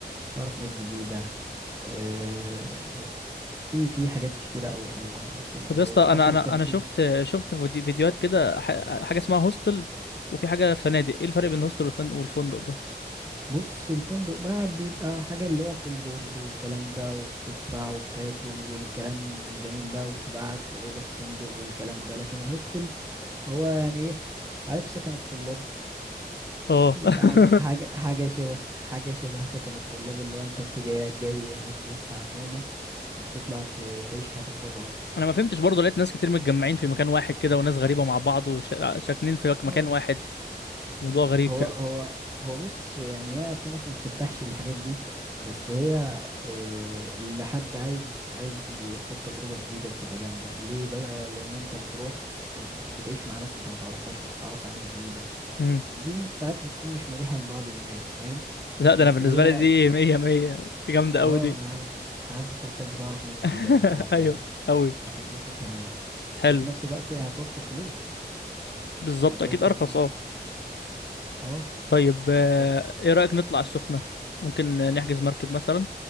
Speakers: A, on the right; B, on the left.
A: بتعرف ناس جديدة آه، في في حاجات كتيرة قوي حلوة هناك يعني
B: طب يا اسطى
A: وأصلا
B: انا انا
A: تمشي
B: انا شفت شفت فيديو- فيديوهات كده ح- حاجه اسمها هوستل وفي حاجه فنادق ايه الفرق بين الهوستل والفن- والفندق ده
A: بص الفندق بقى بيبقى حاجة اللي هو فول بورد والكلام ده وبتدفع وبتاكل والكلام الجميل ده وبتبقى قاعد في أوضة في فندق والكلام ده لكن الهوستل هو يعني إيه عارف سكن الطلاب
B: اه
A: بيبقى
B: <laughs>
A: حاجة حاجة حاجة شبه حاجة شبه سكن الطلاب اللي هو أنت بتجي جاي هناك بس على النومة وبتطلع ت- تعيش حياتك بره بقى
B: انا ما فهمتش برضه لقيت ناس كتير متجمعين في مكان واحد كده وناس غريبه مع بعض وساكنين في مكان
A: اه
B: واحد موضوع غريب
A: هو
B: كده
A: هو هو بص يعني هي في ناس ما بترتاحش للحاجات دي بس هي آه، لحد عايز عايز يخوض تجربة جديدة بتبقى جامدة ليه بقى لأن انت بتروح تم- بتعيش مع ناس انت ما تعرفهاش فبتتعرف على ناس جديدة
B: امم
A: دي م- ساعات بتكون مش مريحة لبعض الناس فاهم
B: لا ده
A: بس
B: انا بالنسبه
A: هي
B: لي دي مية مية دي جامده
A: اه
B: قوي دي
A: انا عارف انا عارف انت بتحب تعرف ناس جديدة
B: <laughs>
A: وبتاع
B: ايوه قوي
A: فهتنبسط هناك
B: حلو
A: وفي نفس الوقت هتوفر فلوس
B: بالظبط
A: هتوفر
B: اكيد ارخص
A: فلوس
B: اه
A: كتير اه
B: طيب آه،
A: هتوفر
B: ايه رايك نطلع السخنه ممكن نحجز مركب مثلا